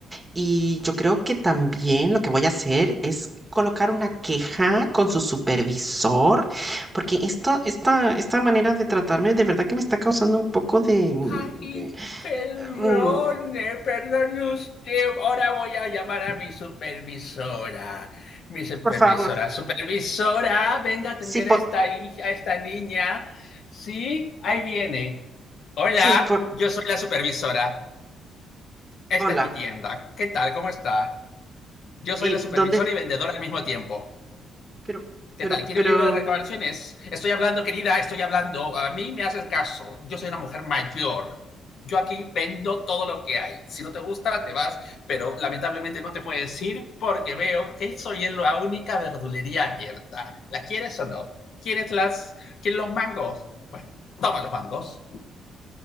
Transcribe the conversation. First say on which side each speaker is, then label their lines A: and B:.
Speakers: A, on the right (about 20°); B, on the left (about 65°).
A: y yo creo que también lo que voy a hacer es colocar una queja con su supervisor, porque esto, esta, esta manera de tratarme de verdad que me está causando un poco de,
B: Ay,
A: de,
B: perdone,
A: mm,
B: perdone usted. Ahora voy a llamar a mi supervisora. Mi supervisora,
A: por favor,
B: supervisora, venga a atender
A: sí, por,
B: a esta hija, a esta niña. Sí, ahí viene. Hola,
A: sí, por,
B: yo soy la supervisora. Esta
A: hola.
B: es mi tienda. ¿Qué tal? ¿Cómo está? Yo soy
A: Eh,
B: la supervisora
A: ¿dónde?
B: y vendedora al mismo tiempo.
A: Pero,
B: ¿Qué
A: pero,
B: tal? ¿Quiere
A: pero,
B: un libro de recomendaciones? Estoy hablando, querida, estoy hablando. A mí me haces caso. Yo soy una mujer mayor. Yo aquí vendo todo lo que hay. Si no te gusta, te vas, pero lamentablemente no te puedes ir porque veo que soy la única verdulería abierta. ¿Las quieres o no? ¿Quieres las, quieres los mangos? Pues toma los mangos.